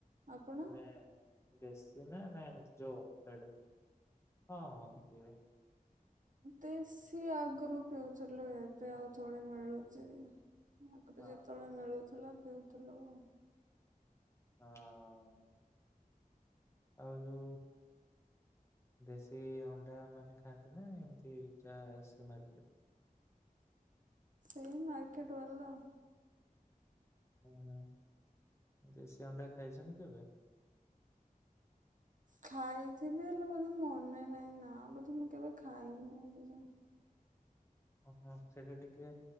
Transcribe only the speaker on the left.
ମାନେ ଦେଶୀ ନା ନା ଏମିତି ଯୋଉ ଓମଫେଡ ହଁ ହଁ ପିଏ।
ହଁ
ହଁ ଅ। ଆଉ ଯୋଉ। ଦେଶୀ ଅଣ୍ଡା ମାନେ ଖାଆନ୍ତି ନା ଏମିତି ଯା ଆସେ ମର୍କେଟ
ଓ ହଁ ଦେଶୀ ଅଣ୍ଡା ଖାଇଛନ୍ତି କେବେ?
ଓହୋ ସେଇଟା ଟିକେ